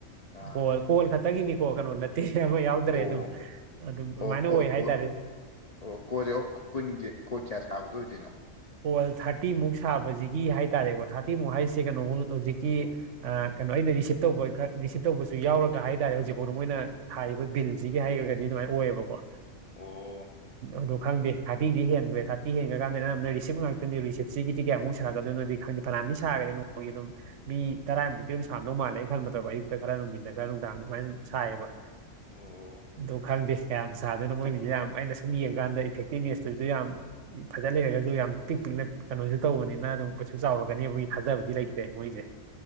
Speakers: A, on the left; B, on the right.
A: ꯑꯥ
B: ꯀꯣꯜ ꯀꯣꯜ ꯈꯛꯇꯒꯤꯅꯤꯀꯣ ꯀꯩꯅꯣ ꯅꯠꯇꯦ ꯑꯃ ꯌꯥꯎꯗꯔꯦ
A: ꯑꯣ
B: ꯑꯗꯨꯝ ꯑꯗꯨꯝ
A: ꯑꯣ
B: ꯑꯗꯨꯃꯥꯏꯅ
A: ꯀꯣ
B: ꯑꯣꯏ
A: ꯀꯣ
B: ꯍꯥꯏꯇꯥꯔꯦ ꯍꯦ
A: ꯑꯣ ꯀꯣꯜ ꯑꯣ ꯀꯨꯟꯒꯤ ꯀꯣꯗ ꯀꯌꯥ ꯁꯥꯕꯗꯣ ꯑꯣꯏꯗꯣꯏꯅꯣ
B: ꯀꯣꯜ ꯊꯥꯔꯇꯤꯃꯨꯛ ꯁꯥꯕꯁꯤꯒꯤ ꯍꯥꯏꯇꯥꯔꯦꯀꯣ ꯊꯥꯔꯇꯤꯃꯨꯛ ꯍꯥꯏꯁꯦ ꯀꯩꯅꯣ ꯍꯣꯟ ꯇꯧ ꯍꯧꯖꯤꯀꯤ
A: ꯑꯣ
B: ꯑ ꯀꯩꯅꯣ ꯑꯩꯅ ꯔꯤꯁꯤꯞ ꯇꯧꯕ ꯔꯤꯁꯤꯞ ꯇꯧꯕꯁꯨ ꯌꯥꯎꯔꯒ ꯍꯥꯏꯇꯥꯔꯦ ꯍꯧꯖꯤꯛꯐꯥꯎꯗ ꯃꯣꯏꯅ ꯁꯥꯔꯤꯕ ꯕꯤꯜꯁꯤꯒꯤ ꯍꯥꯏꯔꯨꯔꯒꯗꯤ ꯑꯗꯨꯝ ꯑꯗꯨꯃꯥꯢ ꯑꯣꯏꯌꯦꯕꯀꯣ
A: ꯑꯣ
B: ꯑꯗꯨꯒ ꯈꯪꯗꯦ ꯊꯥꯔꯇꯤꯗꯤ ꯍꯦꯟꯈ꯭ꯔꯦ ꯊꯥꯔꯇꯤ ꯍꯦꯟꯒ꯭ꯔꯀꯥꯟꯗꯁꯤꯗ ꯑꯝ ꯂꯩꯔꯤ ꯔꯤꯁꯤꯞ ꯉꯥꯛꯇꯅꯦ ꯔꯤꯁꯤꯞꯁꯤꯒꯤꯗꯤ ꯀꯌꯥꯃꯨꯛ ꯁꯥꯒꯗꯣꯏꯅꯣꯗꯤ ꯈꯪꯗꯦ ꯐꯅꯌꯥꯝꯗꯤ ꯁꯥꯒꯔꯦ ꯅꯣꯡꯃꯒꯤ ꯑꯗꯨꯝ ꯃꯤ ꯇꯔꯥꯃꯨꯛꯇꯤ ꯑ ꯁꯔꯝꯗꯧ ꯃꯥꯟꯂꯦ ꯑꯩ ꯈꯟꯕꯗꯀꯣ ꯑꯌꯨꯛꯇ ꯈꯔ ꯅꯨꯡꯊꯤꯟꯗ ꯈꯔ ꯅꯨꯡꯗꯥꯡ ꯑꯗꯨꯃꯥꯏꯅ ꯁꯥꯏꯌꯦꯕ
A: ꯑꯣ
B: ꯑꯗꯣ ꯈꯪꯗꯦ ꯀꯌꯥꯝ ꯁꯥꯗꯣꯢꯅꯣ ꯃꯣꯏꯒꯤꯁꯦ ꯌꯥꯝ ꯑꯩꯅ ꯁꯨꯝ ꯌꯦꯡꯉꯀꯥꯟꯗ ꯏꯐꯦꯛꯇꯤꯞꯅꯦꯁꯇꯨꯁꯨ ꯌꯥꯝ ꯐꯖ ꯂꯩꯔꯒꯁꯨ ꯌꯥꯝ ꯄꯤꯛ ꯄꯤꯛꯅ ꯀꯩꯅꯣꯁꯨ ꯇꯧꯕꯅꯤꯅ ꯑꯗꯨꯝ ꯀꯩꯁꯨ ꯆꯥꯎꯔꯛꯀꯅꯤ ꯑꯕꯒꯤ ꯊꯥꯖꯕꯗꯤ ꯂꯩꯇꯦ ꯃꯣꯏꯁꯦ